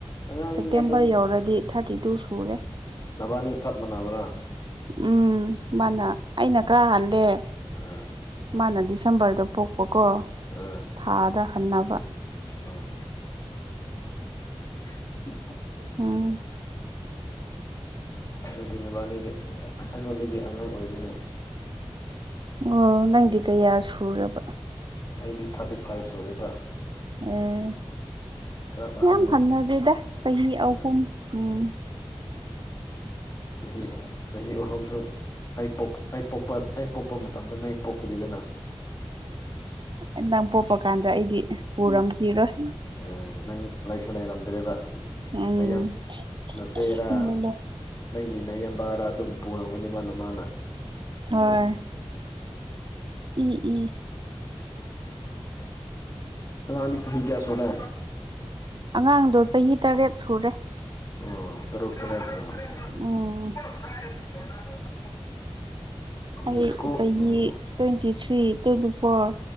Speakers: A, on the left (about 35°); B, on the right (about 50°).
A: ꯑꯉꯥꯡꯅꯤꯅꯦ
B: ꯁꯦꯞꯇꯦꯝꯕꯔ
A: ꯑꯗꯨꯗꯤ
B: ꯌꯧꯔꯗꯤ ꯊꯥꯔꯇꯤ ꯇꯨ ꯁꯨꯔꯦ
A: ꯅꯕꯥꯅꯤ ꯆꯞ ꯃꯅꯥꯕ꯭ꯔꯥ
B: ꯎꯝ ꯃꯥꯅ ꯑꯩꯅ ꯈꯔ ꯍꯥꯜꯂꯦ
A: ꯎꯝ
B: ꯃꯥꯅ ꯗꯤꯁꯦꯝꯕꯔꯗ ꯄꯣꯛꯄꯀꯣ
A: ꯎꯝ
B: ꯊꯥꯗ ꯍꯟꯅꯕ
A: ꯎꯝ <unintelligible>
B: ꯎꯝ
A: ꯑꯗꯨꯗꯤ ꯅꯕꯥꯅꯤꯒꯤ ꯑꯩꯉꯣꯟꯗꯒꯤ ꯑꯉꯥꯡ ꯑꯣꯏꯔꯦꯅꯦ
B: ꯑꯣ ꯅꯪꯗꯤ ꯀꯌꯥ ꯁꯨꯔꯕ
A: ꯑꯩꯗꯤ ꯊꯥꯔꯇꯤ ꯐꯥꯏꯚ ꯁꯨꯔꯦꯕ
B: ꯑꯦ
A: ꯈꯔ ꯑꯍꯜꯂꯦ
B: ꯌꯥꯝ ꯍꯟꯅꯗꯦꯗ ꯆꯍꯤ ꯑꯍꯨꯝ
A: ꯎꯝ
B: ꯎꯝ
A: ꯎꯝ ꯆꯍꯤ ꯆꯍꯤ ꯑꯍꯨꯝꯁꯨ ꯑꯩ ꯑꯩ ꯄꯣꯛꯄ ꯑꯩ ꯄꯣꯛꯄ ꯃꯇꯝꯗ ꯅꯪ ꯄꯣꯛꯇꯔꯤꯗꯅ
B: ꯅꯪ ꯄꯣꯛꯄ ꯀꯥꯟꯗ ꯑꯩꯗꯤ ꯄꯨꯔꯝꯈꯤꯔꯣꯏ
A: ꯎꯝ ꯅꯪ ꯂꯩꯁꯨ ꯂꯩꯔꯝꯗ꯭ꯔꯦꯕ
B: ꯎꯝ
A: ꯅꯌꯥꯝ ꯅꯆꯦꯔꯥ
B: ꯍꯣꯏ
A: ꯅꯪꯒꯤ ꯅꯌꯥꯝꯕꯥꯔ ꯑꯗꯨꯝ ꯄꯨꯔꯝꯒꯅꯤ ꯃꯥꯅ ꯃꯥꯅ
B: ꯍꯣꯏ
A: ꯎꯝ
B: ꯏ ꯏ
A: ꯑꯉꯥꯡꯗꯤ ꯆꯍꯤ ꯀꯌꯥ ꯁꯨꯔꯦ
B: ꯑꯉꯥꯡꯗꯣ ꯆꯍꯤ ꯇꯔꯦꯠ ꯁꯨꯔꯦ
A: ꯎꯝ <unintelligible>
B: ꯎꯝ ꯑꯩ
A: ꯎꯝ ꯁ꯭ꯀꯨꯜ
B: ꯆꯍꯤ
A: ꯎꯝ
B: ꯇ꯭ꯋꯦꯟꯇꯤ ꯊ꯭ꯔꯤ ꯇ꯭ꯋꯦꯟꯇꯤ ꯐꯣꯔ